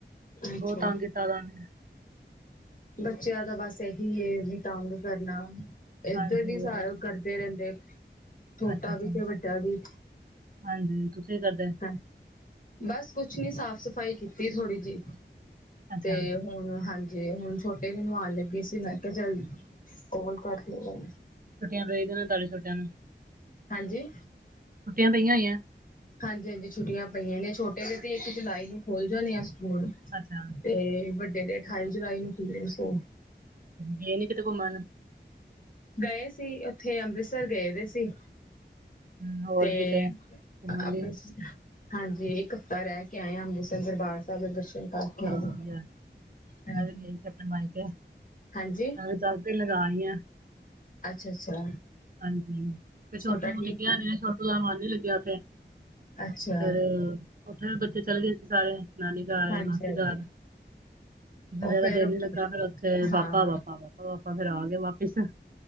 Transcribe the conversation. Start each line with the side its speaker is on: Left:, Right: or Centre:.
Left: ਅੱਛਾ,
Right: ਬਹੁ ਤੰਗ ਕੀਤਾ ਦਾ ਔਨੇ।
Left: ਬੱਚਿਆਂ ਦਾ ਬਸ ਏਹੀ ਏ ਵੀ ਤੰਗ ਕਰਨਾ, ਏਧਰ
Right: ਹਾਂਜੀ
Left: ਵੀ ਸਾਰ
Right: ਉਹ ਤੁਸੀਂ
Left: ਕਰ ਕਰਦੇ ਰਹਿੰਦੇ ਐ, ਛੋਟਾ
Right: ਅੱਛਾ ਅੱਛਾ
Left: ਵੀ ਤੇ ਵੱਡਾ ਵੀ।
Right: ਹਾਂਜੀ, ਤੁਸੀਂ ਕੀ ਕਰਦੇ ਐ।
Left: ਅੱਛਾ, ਬਸ ਕੁਛ ਨੀ ਸਾਫ਼ ਸਫ਼ਾਈ ਕੀਤੀ ਐ ਥੋੜੀ ਜੀ।
Right: ਅੱਛਾ
Left: ਤੇ ਹੁਣ, ਹਾਂਜੀ ਹੁਣ ਛੋਟੇ ਨੂੰ ਨਵਾਣ ਲੱਗੀ ਸੀ, ਮੈਂ ਕਿਆ ਚਲ ਕੋਲ ਕਰ ਲੀਏ।
Right: ਛੁਟੀਆਂ ਪਈ ਗੀਆਂ ਨਾ, ਤਾਡੇ ਛੋਟਿਆਂ ਨੂੰ।
Left: ਹਾਂਜੀ।
Right: ਛੁੱਟੀਆਂ ਪਈਆਂ ਹੋਈਐਂ।
Left: ਹਾਂਜੀ-ਹਾਂਜੀ, ਛੁੱਟੀਆਂ ਪਈਆਂ ਨੇ, ਛੋਟੇ ਦੇ ਤੇ ਇੱਕ ਜੁਲਾਈ ਨੂੰ ਖੁੱਲ ਜਾਣੇ ਆ ਸਕੂਲ।
Right: <inaudible>
Left: ਤੇ ਵੱਡੇ ਦੇ ਅਠਾਈ ਜੁਲਾਈ ਨੂੰ ਖੁਲਣੇ ਆ ਸਕੂਲ।
Right: ਗਏ ਨੀ ਕਿਤੇ ਘੁੰਮਣ?
Left: ਗਏ ਸੀ, ਉਥੇ ਅੰਮ੍ਰਿਤਸਰ ਗਏ ਦੇ ਸੀ।
Right: ਹਮ, ਹੋਰ
Left: ਤੇ,
Right: ਕਿਤੇ ਘੁੰਮਣ
Left: ਆਪਣੇ
Right: ਲਈ
Left: ਹਾਂਜੀ, ਇੱਕ ਹਫ਼ਤਾ ਰਹਿ ਕੇ ਆਏ ਆਂ ਅੰਮ੍ਰਿਤਸਰ ਦਰਬਾਰ ਸਾਹੀਬ ਦੇ ਦਰਸ਼ਨ ਕਰਕੇ
Right: ਚਲੋ
Left: ਆਏ
Right: ਵਧੀਆ,
Left: ਹਾਂਜੀ
Right: ਨਾਲੇ ਆਪਣੇ ਮਨ 'ਚ,
Left: ਹਾਂਜੀ
Right: ਨਾਲੇ ਦੱਸ। ਤੇ ਲਗਾ ਲਈ ਆ।
Left: ਅੱਛਾ, ਅੱਛਾ।
Right: ਹਾਂਜੀ। ਤੇ ਛੋਟੂ
Left: ਛੋਟਾ ਠੀਕ
Right: ਟਿਕਿਆ ਨਹੀ, ਛੋਟੂ ਦਾ ਮਨ ਨੀ ਲੱਗਿਆ ਉਥੇ।
Left: ਅੱਛਾ
Right: ਫੇਰ, ਉੱਥੇ ਵੀ ਬੱਚੇ ਚਲੇ ਗਏ ਸੀ ਸਾਰੇ, ਨਾਨੀ ਘਰ,
Left: ਹਾਂਜੀ
Right: ਮਾਸੀ
Left: ਹਾਂਜੀ
Right: ਘਰ। ਫਿਰ
Left: ਉਹ ਫੇਰ
Right: ਦਿਲ ਨੀ ਲੱਗਾ ਫੇਰ ਉੱਥੇ,
Left: ਹਾਂ
Right: ਪਾਪਾ-ਪਾਪਾ ਪਾਪਾ ਪਾਪਾ ਫੇਰ ਆ ਗਏ ਵਾਪਿਸ।